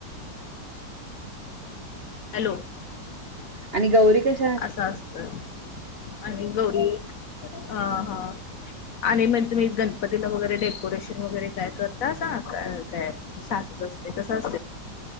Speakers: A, on the left; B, on the right.
A: हॅलो
B: आणि गौरी कशी?
A: असं असतंय... आणि गोरी... हा... हा आणि मग तुम्ही गणपतीला वगैरे... डेकोरेशन वगैरे काय करतासा काय? म सातच असतय कस असतय.